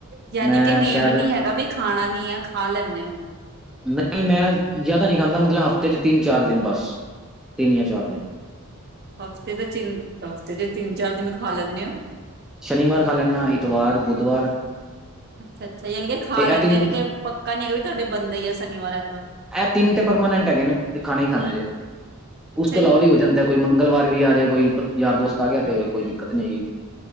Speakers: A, on the right; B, in the centre.
A: ਯਾਨੀ
B: ਮੈਂ
A: ਕਿ ਨੇਮ
B: ਸ਼ਾਇਦ
A: ਨੀ ਹੈਗਾ ਵੀ ਖਾਣਾ ਨੀ ਆ ਖਾ ਲੈਂਦੇ ਹੋ।
B: ਨਹੀਂ ਮੈਂ ਜ਼ਿਆਦਾ ਨਹੀਂ ਖਾਂਦਾ ਮਤਲਬ ਹਫ਼ਤੇ ਚ ਤਿੰਨ-ਚਾਰ ਦਿਨ ਬਸ ਤਿੰਨ ਜਾਂ ਚਾਰ ਦਿਨ
A: ਹਫ਼ਤੇ ਦੇ ਹਫ਼ਤੇ ਦੇ ਤਿੰਨ-ਚਾਰ ਦਿਨ ਖਾ ਲੈਂਦੇ ਆ।
B: ਸ਼ਨੀਵਾਰ ਖਾ ਲੈਂਣਾ ਐਤਵਾਰ, ਬੁੱਧਵਾਰ,
A: ਅੱਛਾ-ਅੱਛਾ ਯਾਨੀ ਕਿ
B: ਤੇ
A: ਲੈਂਦੇ
B: ਇਹ ਤਿੰਨ
A: ਯਾਨੀ ਪੱਕਾ ਨੀ ਹੈਗਾ ਵੀ ਤੁਹਾਡੇ ਬੰਦੇ ਹੀ ਆ ਸ਼ਨੀਵਾਰ, ਐਤਵਾਰ।
B: ਤੀਨ ਤੇ ਪਰਮਾਨੈਂਟ ਹੈਗੇ ਨੇ ਵੀ ਖਾਣਾ ਈ ਖਾਣਾ ਜੇ,
A: ਅੱਛਾ
B: ਉਸ ਤੋਂ
A: ਜੀ।
B: ਇਲਾਵਾ ਵੀ ਹੋ ਜਾਂਦਾ ਕੋਈ ਮੰਗਲਵਾਰ ਵੀ ਆਜੇ ਕੋਈ ਯਾਰ ਦੋਸਤ ਆ ਗਿਆ ਤੇ ਕੋਈ ਦਿੱਕਤ ਨੀ ਹੈਗੀ।